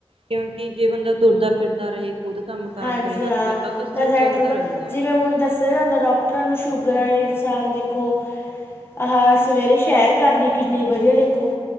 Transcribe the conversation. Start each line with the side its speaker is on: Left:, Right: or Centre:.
Right: ਕਿਉਂਕਿ ਜੇ ਬੰਦਾ ਤੁਰਦਾ ਫਿਰਦਾ ਰਹੇ ਖ਼ੁਦ ਕੰਮ ਕਾਰ
Left: ਹਾਂਜੀ
Right: ਕਰੇ ਹੱਥ
Left: ਹਾਂ
Right: ਪੈਰ ਦਾ ਉਹਦਾ ਸਰੀਰ
Left: ਤਾਂ ਸੈਟ
Right: ਚੱਲਦਾ
Left: ਰਹੁਗਾ
Right: ਰਹੂਗਾ
Left: ਜਿਵੇਂ ਹੁਣ ਦਸ <unintelligible> ਡਾਕਟਰਾਂ ਨੂੰ ਸ਼ੂਗਰ ਹੈ ਇਨਸਾਨ ਦੇਖੋ ਆਹ ਸਵੇਰੇ ਸ਼ੈਰ ਕਰਨੀ ਕਿੰਨੀ ਵਧੀਆ ਦੇਖੋ